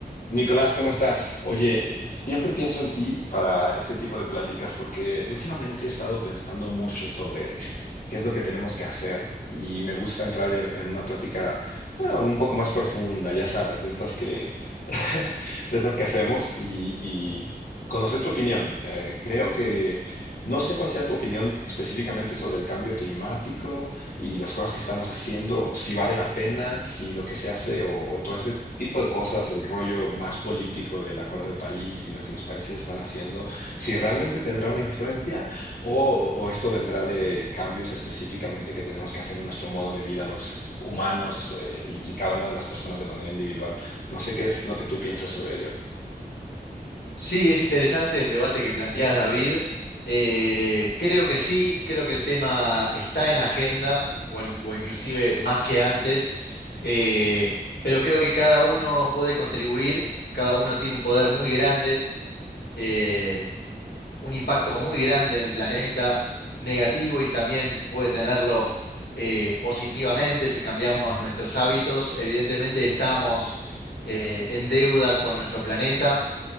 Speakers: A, on the left; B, on the left.
A: Nicolás, ¿cómo estás? Oye, siempre pienso en ti para este tipo de pláticas porque últimamente he estado pensando mucho sobre qué es lo que tenemos que hacer. Y me gusta entrar en, en una plática bueno, un poco más profunda, ya sabes, de estas que, <laughs> de estas que hacemos y, y conocer tu opinión. Eh, creo que no sé cuál sea tu opinión específicamente sobre el cambio climático y las cosas que estamos haciendo, si vale la pena, si lo que se hace o, o todo ese tipo de cosas, el rollo más político del Acuerdo de París y lo que los países están haciendo, si realmente tendrá una influencia o, o esto vendrá de cambios específicamente que tenemos que hacer en nuestro modo de vida los humanos eh, y, y cada una de las personas de manera individual. No sé qué es lo que tú piensas sobre ello.
B: Sí, es interesante el debate que planteas, David. Eh, creo que sí, creo que el tema está en agenda, o, al- o inclusive más que antes, eh, pero creo que cada uno puede contribuir, cada uno tiene un poder muy grande, eh, un impacto muy grande en el planeta, negativo y también puede tenerlo eh, positivamente si cambiamos nuestros hábitos. Evidentemente estamos eh, en deuda con nuestro planeta